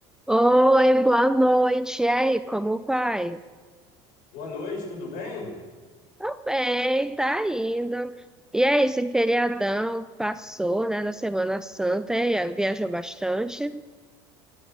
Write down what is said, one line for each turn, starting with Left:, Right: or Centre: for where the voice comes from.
Centre: Oi, boa noite. E aí, como vai?
Left: Boa noite, tudo bem?
Centre: Tô bem, tá indo. E aí, esse feriadão passou, né, da Semana Santa e aí, viajou bastante?